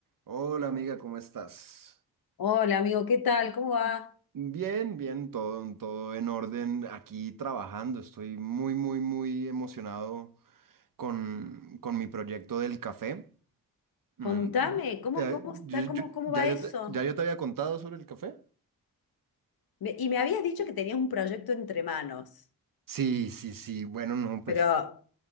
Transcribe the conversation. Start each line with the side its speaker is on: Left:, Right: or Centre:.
Right: Hola amiga, ¿cómo estás?
Left: Hola amigo, ¿qué tal? ¿Cómo va?
Right: Bien, bien, todo, todo en orden, aquí trabajando. Estoy muy, muy, muy emocionado con, con mi proyecto del café. Mm,
Left: Contame,
Right: y-
Left: ¿cómo,
Right: te-
Left: cómo está?
Right: yo-
Left: ¿Cómo,
Right: yo-
Left: cómo
Right: ya,
Left: va
Right: yo
Left: eso?
Right: te, ¿Ya yo te había contado sobre el café?
Left: Me- y me habías dicho que tenías un proyecto entre manos,
Right: Sí, sí, sí. Bueno, no, pues
Left: pero